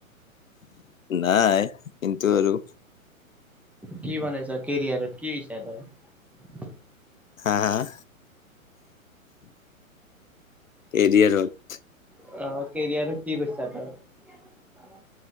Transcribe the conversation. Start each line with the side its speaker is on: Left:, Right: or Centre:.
Left: নাই কিন্তু আৰু!
Centre: কি বনাইছে কেৰিয়াৰত কি হৈছে তই
Left: হাঁ হাঁ এৰিয়াৰত
Centre: অঁ কেৰিয়াৰ কি বিছাৰ ত